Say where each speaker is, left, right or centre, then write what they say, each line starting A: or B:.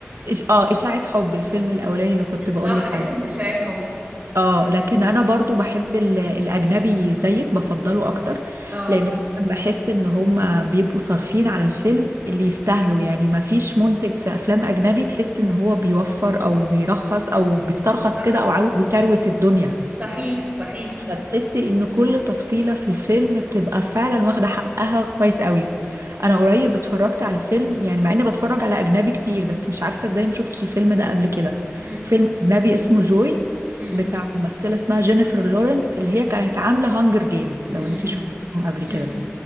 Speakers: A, on the right; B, on the right.
A: إش- اه اشاعه حب الفيلم الاولاني اللي كنت بقولك
B: صح اسمه
A: عليه
B: اشاعة حب
A: اه لكن انا برضو بحب ال- الاجنبي زيك بفضله اكتر
B: اه
A: لان فعلا بحس ان هما بيبقوا صارفين على الفيلم اللي يستاهلوا يعني ما فيش منتج في افلام اجنبي تحس ان هو بيوفر او بيرخص او بيسترخص
B: صح
A: كده او عاوز يكروت الدنيا
B: صحيح صحيح
A: فتحسي ان كل تفصيلة في الفيلم بتبقى فعلا واخدة حقها كويس قوي انا قريب اتفرجت على فيلم يعني مع اني بتفرج على اجنبي كتير بس مش عارفة ازاي ما شفتش الفيلم ده قبل كده
B: امم
A: فيلم اجنبي اسمه جوي
B: امم
A: بتاع ممثلة اسمها جينيفر لورنس اللي هي كانت عاملة هانجر جيمز لو
B: امم
A: انت شفتهم قبل
B: امم
A: كده